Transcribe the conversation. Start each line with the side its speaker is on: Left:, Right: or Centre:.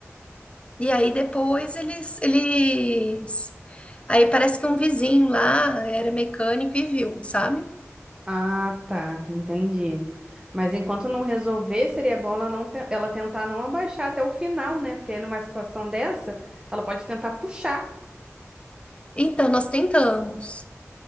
Left: e aí depois eles eles aí parece que um vizinho lá era mecânico e viu, sabe?
Right: Ah, tá, entendi. Mas enquanto não resolver, seria bom ela não te- ela tentar não abaixar até o final, né? Porque aí numa situação dessa, ela pode tentar puxar
Left: Então nós tentamos.